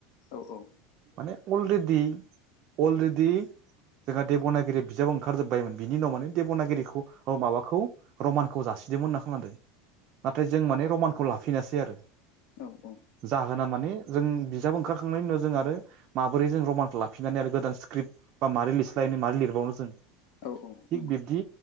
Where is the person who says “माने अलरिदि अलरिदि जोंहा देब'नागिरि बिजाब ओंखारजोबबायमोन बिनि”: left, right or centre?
Right